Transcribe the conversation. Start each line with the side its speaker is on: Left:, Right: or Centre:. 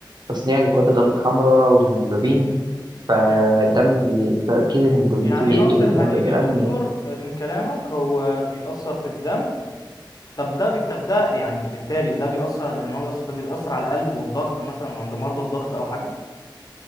Right: في تصنيع الكرات الدم الحمراء والهيموجلوبين فالدم
Left: مم.
Right: بي... تركيز الهيموجلوبين
Left: يعني
Right: فيه بيقل
Left: نقص الحديد
Right: جدا وبيؤدي
Left: يا
Right: الانيميا
Left: دكتور آه، من كلامك هو بيأثر في الدم طب ده بي... طب ده يعني بالتالي ده بيأثر لأن هو بيأثر ده بيأثر على القلب والضغط مثلا عند مرضى الضغط أو حاجة